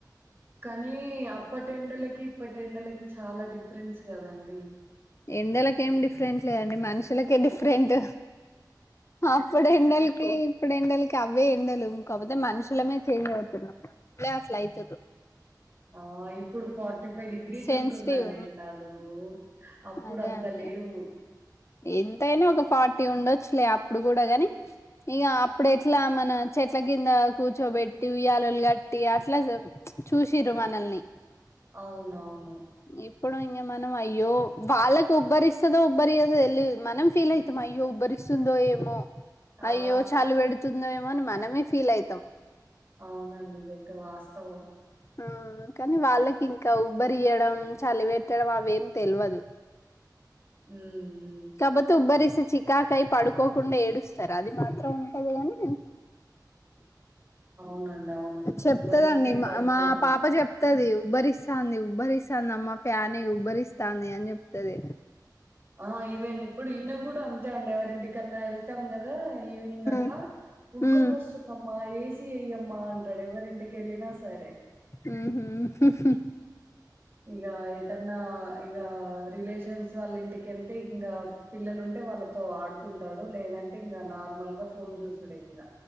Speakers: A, on the right; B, on the left.
A: కానీ అప్పటెండలకి ఇప్పటెండలకి చాలా డిఫరెన్స్ గదండి
B: ఎండలకేం డిఫ్రెంట్ లేదండి మనుషులకే డిఫ్రెంటు అప్పుడెండల్ కీప్ ఇప్పుడెండల్ అవ్వే ఎండలు కాక్పోతే మనుషులమే చేంజ్ అవుతున్నాం మనుషులే అట్ల అయ్తుర్రు
A: ఆ ఇప్పుడు ఫార్టీ ఫైవ్ డిగ్రీస్
B: సెన్సిటివ్
A: ఉంటుందండెండలూ అప్పుడంత
B: అదే అండి
A: లేవూ
B: ఎంతైనా ఒక ఫార్టీ ఉండొచ్చులే అప్పుడు గూడ గానీ ఇగా అప్పుడెట్లా మన చెట్ల కిందా కూర్చోబెట్టి ఉయ్యాలల్ గట్టీ అట్లా ప్చ్ చూసిర్రు మనల్ని
A: ఔనవ్ను
B: ఇప్పుడు ఇంగ మనం అయ్యో వాళ్ళక్ ఉబ్బరిస్తదో ఉబ్బరియ్యదో ఎల్ లీదు మనం ఫీల్ అయితం అయ్యో ఉబ్బరిస్తుందో ఏమో
A: ఆ
B: అయ్యో చాలు పెడు స్తుదేమో అని మనమే ఫీల్ అవుతాం
A: ఔనండి ఇదైతే వాస్తవం
B: ఆ కానీ వాళ్ళకింక ఉబ్బరియ్యడం చలిబెట్టడం అవేం తెల్వదు
A: హ్మ్
B: కాక్బోతే ఉబ్బరిస్తే చికాకయ్ పడుకోకుండా ఏడుస్తార్ అది మాత్రం ఉంటది గానీ
A: ఔనండవును
B: చెప్తదండి
A: ఉబరిస్తే
B: మా
A: పడుకోరు
B: మా పాప చెప్తది ఉబ్బరిస్తాంది ఉబ్బరిస్తాందమ్మ ఫ్యాన్ ఎయ్ ఉబ్బరిస్తాంది అన్జెప్తది
A: ఆ ఈవెన్ ఇప్పుడ్ ఈన గుడంత్ తే అండి ఎవరింటికన్నా ఎళ్తం గదా ఈవినింగ్
B: మ్
A: అట్లా ఉడకపోస్తు
B: మ్
A: దమ్మా ఏసీ ఎయ్యమ్మా అంటాడ్ ఎవరింటికెళ్ళినా సరే
B: ఊఁ హుమ్ హు హు
A: ఇగా ఎటన్నా ఇగా రిలేషన్స్ వాళ్లింటికెళ్తే ఇంగా పిల్లలుంటే వాళ్ళతో ఆడుకుంటాడు లేదంటే ఇంగ నార్మల్ గా ఫోన్ జూసుడే ఇంగ